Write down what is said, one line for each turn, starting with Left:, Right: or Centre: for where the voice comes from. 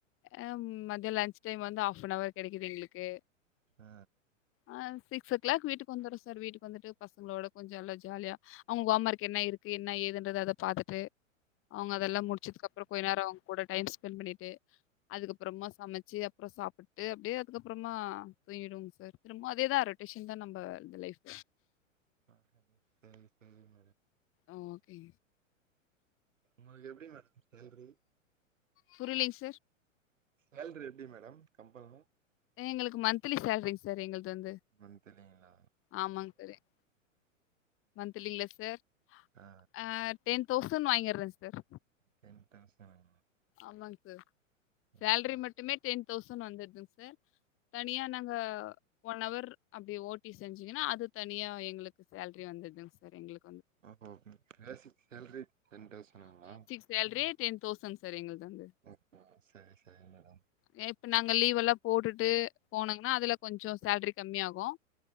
Left: ஆ ம் மத்தியம் லன்ச் டைம் வந்து ஹாப் அன்வர் கெடைக்குது எங்களுக்கு
Right: ஆ
Left: ஆ சிக்ஸ் ஓ கிளாக் வீட்க்கு வந்துரும் சார் வீட்டுக்கு வந்துட்டு பசங்களோட கொஞ்சோ நல்லா ஜாலியா அவங் ஹோம் ஒர்க் என்ன இருக்கு என்ன ஏதுன்றது அத பாத்துட்டு அவங்க இதெல்லா முடிச்சதுக்கு அப்றோ கொய் நேரம் அவங்க கூட டைம் ஸ்பென் பண்ணிட்டு அதுக்கப்புறமா சமைச்சி அப்புற சாப்புட்டு அப்டியே அதுக்கப்றமா தூங்கிடுவோ சார் திரும்ப இதேதான் ரொட்டேஷன் தான் நம்ம இந்த லைஃப்
Right: ஆ சேரி சேரி
Left: ஆ ஓகே
Right: உங்களுக்கு எப்டி ம சேல்ரி
Left: புரிலிங் சர்
Right: சேல்ரி எப்டி மேடம் கம்பனொ
Left: எங்களுக்கு மந்த்லி சேல்ரி சார் எங்ள்து வந்து
Right: மன்திலிங்களா
Left: ஆமாங் தழி சார் மந்தலில சார்
Right: ஆ
Left: அ டென் தௌசண்ட் வாங்கிறேன் செர்
Right: டென்தௌசன்
Left: ஆமாங்க சர் சேல்ரி
Right: ஓகே
Left: மட்டுமே டென் தௌசண்ட் வந்துர்துங்க சர் தனியா நாங்க ஒன் வர் அப்டி ஓட்டி செஞ்சீங்கன்னா அது தனியா எங்களுக்கு சேல்ரி வந்துங்கசர் எங்களுக்
Right: ஓகோ பேசிக் சேல்ரி டென் தௌசண்ங்களா
Left: சேல்ரியே டென் தௌசண்ட் சர் எங்களுள்து வந்து
Right: ஓ ஓ சேர் சேரி மேடம்
Left: நேத்து நாங்க லீவ் எல்லாம் போட்டுட்டு போனோங்கன்னா அதுல கொஞ்சோ சேல்ரி கம்மி ஆகும்